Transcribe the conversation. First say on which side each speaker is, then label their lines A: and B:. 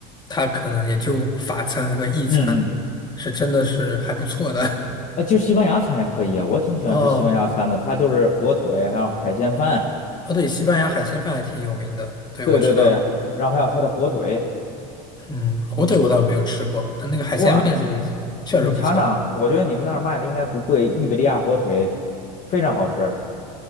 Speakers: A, on the left; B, on the left.
A: 它可能也就法餐和意餐
B: 嗯嗯，
A: 是真的是还不错的。
B: 哎，其实西班牙餐也可以啊，我挺喜欢吃西班牙餐的，
A: <laughs> 哦，
B: 它就是火腿还有海鲜饭。
A: 哦，对，西班牙海鲜饭还挺有名的，对，
B: 对对对，
A: 我知道。
B: 然后还有它的火腿，
A: 嗯，火腿我倒是没有吃过，但那个海鲜饭是确实不错。
B: 哇，你尝尝，我觉得你们那儿卖的应该不贵，伊比利亚火腿非常好吃，